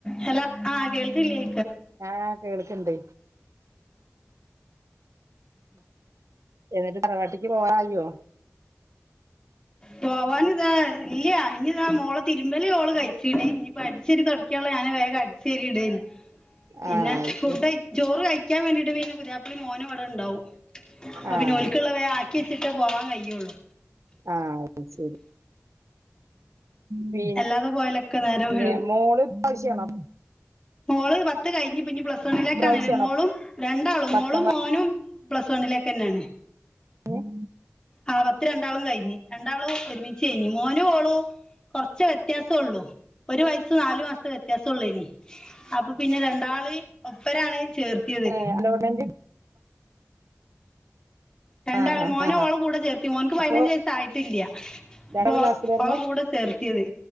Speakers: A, on the left (about 15°); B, on the right (about 80°).
A: Hello ആഹ് കേൾക്കില്ലേ
B: ആഹ് കേൾക്കിണ്ട് എന്നിട്ട് തറവാട്ടിക്ക് പോവാറയോ
A: പോവാനിതാ ഇല്ല ഇനിതാ മോളെ തിരു മ്പൽ ഓള് കഴിച്ചീന് ഇനിയിപ്പ അടിച്ചേരി തുടക്കയള്ള ഞാന് വേഗം അടിച്ചേരി ഇടനെ പിന്നെ
B: ആഹ് അത്
A: ഫുഡ്
B: ശരി
A: കഴി ചോറ് കഴിക്കാൻ വേണ്ടിട്ട് പിന്നെ പുതിയാപ്പള്ളയും മോനും ഇവിടെ ഇണ്ടാവും അപ്പൊ
B: ആഹ്
A: പിന്നെ ഒല്ക്ള്ളെ വേ ആക്കി വെച്ചിട്ട് പോവാൻ കയുള്ളു
B: ആഹ് അത് ശരി പി
A: അല്ലാതെ പോയാലൊക്കെ നേരം
B: പിന്നെ
A: വഴുകും
B: മോള് ഭഷണം
A: മോള് പത്ത് കഴിഞ്ഞ് പിനി ഇനി പ്ലസ് വണ്ണിലേക്കാണില്ലേ
B: ഇപ്രാവശ്യാണോ
A: മോളും രണ്ടാളും
B: പത്താം
A: മോളും മോനും പ്ലസ് വൺ വണ്ണിലേക്ക് തന്നെയാണ്
B: ഉം
A: ആ പത്ത് രണ്ടാളും കഴിഞ്ഞ് രണ്ടാളും ഒരുമിച്ച് കഴിഞ്ഞ് മോനു ഓളു കൊറച്ച് വ്യത്യാസള്ളൂ ഒരു വയ സ്സ് നാല് മാസത്തെ വ്യത്യാസള്ളൂ ഇനി അപ്പൊ പിന്നെ രണ്ടാള് ഒപ്പരാണ് ചേർത്തിയത്
B: ഏ അലോട്ട്മെന്റ്
A: രണ്ടാളു
B: ആഹ്
A: മോന്
B: ആഹ്
A: ഓള കൂടെ ചേർത്തി മോന്ക്ക് പതിനഞ്ച്
B: അപ്പൊ
A: വയസ്സ് ആയിട്ടിലിയ
B: രണ്ടാള്
A: പ്പോ
B: ക്ലാസ്സിലായിരുന്നു
A: ഓള കൂടെ ചേർത്തിയത്